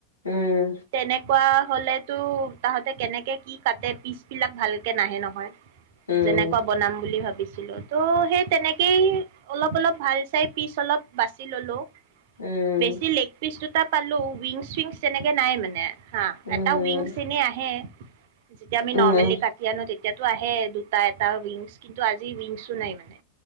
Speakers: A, on the left; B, on the right.
A: উম,
B: তেনেকুৱা হলেতো তাহতে কেনেকে কি কাটে পিচ বিলাক ভালকে নাহে নহয়
A: উম,
B: যেনেকুৱা বনাম বুলি ভাবিছো ছিলো ত' সেই তেনেকেই অলপ অলপ ভাল চাই পিচ অলপ বাছি ললো
A: উম,
B: বেছি লেগ পিচটো টা পালো উইংছ চইংছ তেনেকে নাই মানে- হা
A: উম,
B: এটা উইং চেনে আহে। যেতিয়া আমি নৰ্মেলি
A: উম,
B: কাটি আনো তেতিয়া এতিয়াতো আহে দুটা এটা উইংছ কিন্তু আজি উইংছো নাই মানে?